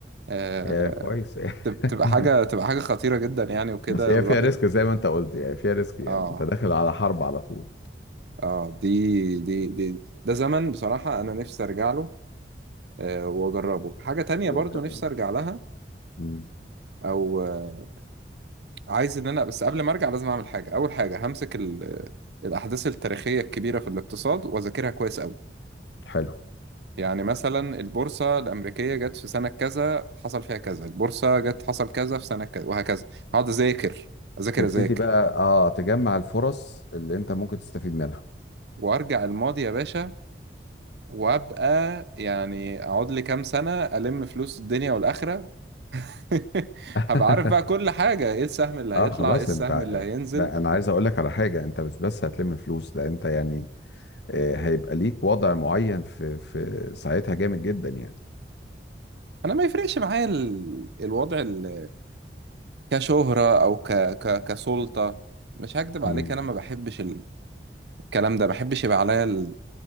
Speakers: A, on the right (about 70°); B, on the left (about 75°).
A: آه
B: هي كويس <laughs>
A: تب- تبقى حاجه تبقى حاجه خطيره جدا يعني وكده
B: بس هي
A: والواحد
B: فيها ريسك زي ما انت قلت يعني فيها ريسك يعني
A: اه
B: انت داخل على حرب على طول
A: اه دي دي دي ده زمن بصراحه انا نفسي ارجع له آه واجربه حاجه تانية
B: وتجرب.
A: برضو نفسي ارجع لها
B: مم.
A: او آه عايز ان انا بس قبل ما ارجع لازم اعمل حاجه اول حاجه همسك ال- الاحداث التاريخيه الكبيره في الاقتصاد واذاكرها كويس قوي
B: حلو
A: يعني مثلا البورصة الأمريكية جت في سنة كذا حصل فيها كذا البورصة جت حصل كذا في سنة كذا وهكذا هقعد أذاكر أذاكر
B: تبتدي
A: أذاكر
B: بقى اه تجمع الفرص اللي انت ممكن تستفيد منها
A: وأرجع الماضي يا باشا وأبقى يعني أقعد لي كام سنة ألم فلوس الدنيا والآخرة <laughs>
B: <laughs>
A: هبقى عارف بقى كل حاجة إيه السهم اللي هيطلع
B: اه خلاص
A: إيه السهم
B: انت ع-
A: اللي هينزل
B: لا انا عايز اقول لك على حاجه انت مش بس هتلم فلوس ده انت يعني آه، هيبقى ليك وضع معين في في ساعتها جامد جدا يعني
A: أنا ما يفرقش معايا ال... الوضع ال... كشهرة أو ك... ك... كسلطة مش هكدب
B: مم.
A: عليك أنا ما بحبش الكلام ده ما بحبش يبقى عليا